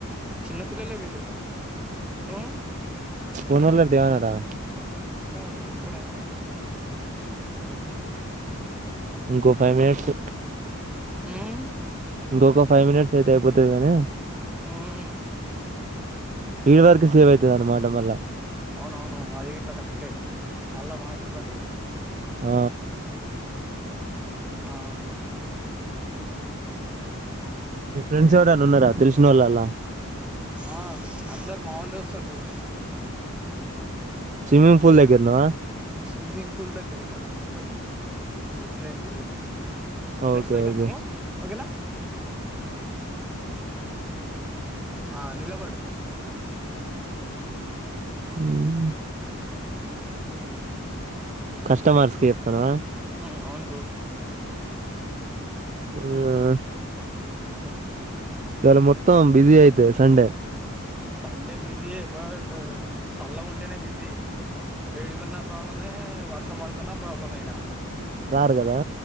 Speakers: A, in the centre; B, on the right.
A: చిన్నపిల్లలే వీళ్ళు. ఉ
B: ఒనోళ్లర్ దేమనరా?
A: ఇప్పుడు, ఇప్పుడేం అనరు.
B: ఇంకో ఫైవ్ మినిట్స్
A: ఉమ్
B: ఇంకొక ఫైవ్ మినిట్స్ అయితే, అయిపోతది గానీ,
A: మ్
B: ఈడి వరకే సేవ్ అయితది అన్నమాట మల్ల.
A: అవునవును. అది ఇట్లా కరెక్టే. మళ్ళా మనకిబ్బంది.
B: ఆ
A: ఆ
B: మీ ఫ్రెండ్స్ ఎవరన్న ఉన్నార? తెలిసినోళ్ అలా
A: ఆ అందరు మా వాళ్లే వస్తారు బ్రో.
B: స్విమ్మింగ్ పూల్ దగ్గర ఉన్నవా?
A: స్విమ్మింగ్ పూల్ దగ్గర కాదు నేనున్నది. జిప్లైన్ బిల్లే డ్రెస్
B: ఓకే
A: పైకనుకో
B: ఓకే
A: ఓకేనా! ఆ నిలబడు.
B: మ్ కస్టమర్స్కి చెప్తన్నవా?
A: మ్ అవును బ్రో.
B: మ్ ఇవాళ మొత్తం బిజీ అయితే సండే.
A: సండే బిజియే. బట్ సల్లగుంటేనే బిజీ. వేడిగున్న ప్రాబ్లమే. వర్షం పడుతున్నా ప్రాబ్లమే ఈడ.
B: రారు కదా!